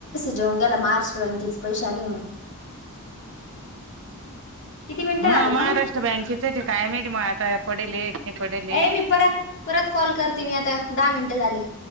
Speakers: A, on the left (about 55°); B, on the right (about 60°).
A: जेवन गेला महाराष्ट्र बँकेचे पैसे आले किती मिनिटं
B: मग
A: झाले का
B: महाराष्ट्र बँकेचच कायम म आता पडेल नाही पडेल आहे.
A: ए मी परत परत कॉल करते मी आता दहा मिनट झाली